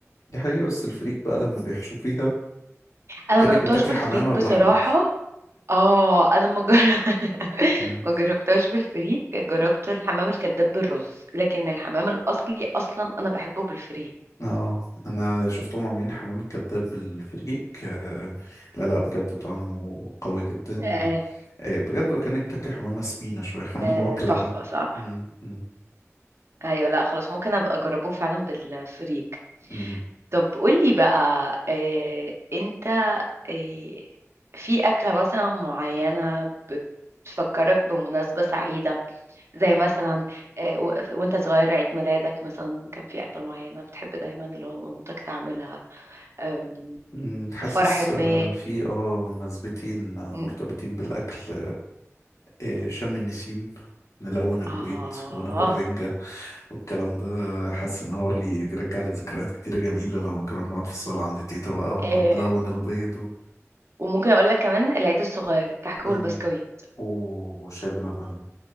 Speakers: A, on the left; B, on the right.
A: دي حقيقة بس الفريك بقى لما بيحشوا فيها
B: انا
A: كأنك
B: ما جربتهاش
A: بتاكلي
B: بالفريك
A: حمامة
B: بصراحه
A: بلحمة
B: اه انا ما جر- <laughs>
A: اه
B: ما جربتهاش بالفريك جربت الحمام الكداب بالرز لكن الحمام الاصلي اصلا انا بحبه بالفريك
A: آه، انا شفتهم عاملين حمام الكداب بالفريك آه، لا لا بجد طعمه قوي جدا
B: آه،
A: آه، بجد وكأنك بتاكلي حمامة سمينة شوية <laughs> حمامة
B: آه،
A: واكلة
B: تحفه صح
A: مم، مم،
B: ايوه لا خلاص ممكن ابقى اجربه فعلا بالفريك
A: مم.
B: طب قولي بقى آه، انت آه، في أكلة مثلا معينة بتفكرك بمناسبة سعيدة زي مثلا آه، و- وانت صغير عيد ميلادك مثلا كان في أكلة معينة بتحب دايما اللي هو مامتك تعملها آم،
A: مم، حاسس
B: في فرح ما
A: آه، في اه مناسبتين آه،
B: م-
A: مرتبطين بالأكل إيه، شم النسيم نلون البيض
B: آه
A: وناكل رنجة والكلام ده حاسس ان هو بيرجع لي ذكريات كتيرة جميلة لما كنا بنقعد في الصالة عند تيتا بقى ونقعد
B: آه،
A: نلون البيض و...
B: وممكن أقول لك كمان العيد الصغير كحك
A: مم.
B: والبسكويت
A: وشاي بلبن